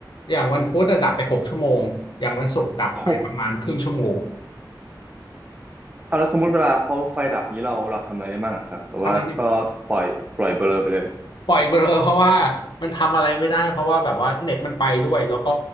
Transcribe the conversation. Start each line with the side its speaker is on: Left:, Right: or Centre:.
Left: อย่างวันพุธอะดับไปหกชั่วโมง อย่างวันศุกร์ดับไปประมาณครึ่งชั่วโมง
Right: โอ้โหอ่ะแล้วสมมติเวลาเขาไฟดับนี้เราเราทำอะไรได้บ้างอะครับหรือว่าก็ปล่อยปล่อยเบลอไปเลย
Left: ทำอะไรเนี่ยปล่อยเบลอ <laughs> เพราะว่ามันทำอะไรไม่ได้เพราะว่าแบบว่าเน็ตมันไปด้วยแล้วก็